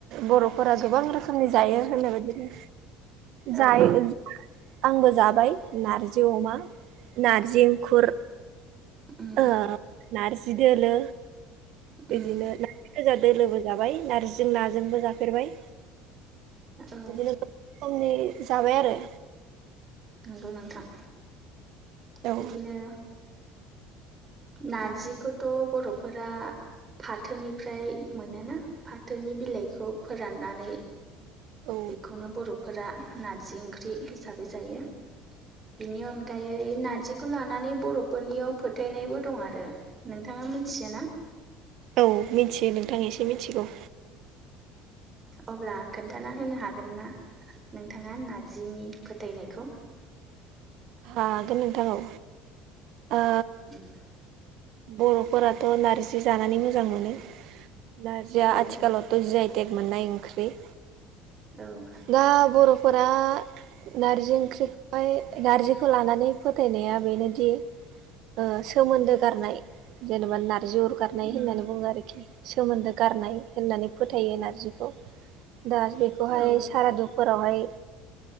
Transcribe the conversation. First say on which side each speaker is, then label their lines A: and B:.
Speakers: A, on the right; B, on the right.
A: बर'फोरा गोबां रोखोम फंनि जायो होननाय बायदिनो जायो
B: औ
A: <unintelligible> आंबो जाबाय नारजि अमा नारजि एंखुर
B: उम
A: ओ नारजि दोलो
B: उम
A: इदिनो गोजा दोलोबो जाबाय नारजिजों नाजोंबो जाफेरबाय
B: औ
A: बिदिनो रोखोमनि जाबाय आरो।
B: नंगौ नोंथां
A: औ
B: बिदिनो नारजिखौथ' बर'फोरा फाथोनिफ्राय मोनोना फाथोनि बिलाइखौ फोराननानै
A: औ
B: बेखौनो बर'फोरा नारजि ओंख्रि हिसाबै जायो। बेनि अनगायै बै नार्जिखौ लानानै बर'फोरनियाव फोथायनायबो दं आरो नोंथांङा मिथियो ना? <inaudible>
A: औ मिथियो नोंथां एसे मिथिगौ।
B: अब्ला खोन्थाना होनो हागोन ना? नोंथांङा नारजिनि फोथायनायखौ
A: हागोन नोंथां औ ओ
B: <unintelligible>
A: बर'फोराथ' नार्जि जानानै मोजां मोनो नारजिया
B: औ
A: आथिखालाव थ' जिआइटेग मोननाय ओंख्रि।
B: औ
A: दा बर'फोरा नारजि ओंख्रिखौहाय नारजिखौ लानानै फोथायनाया बेनोदि ओ सोमोन्दो गारनाय जेनेबा नारजि अर गारनाय
B: उम
A: होननानै बुंङो आरोखि। सोमोन्दो गारनाय होननानै फोथायो नारजिखौ दा बेखौहाय
B: औ
A: सारादुखु फोरावहाय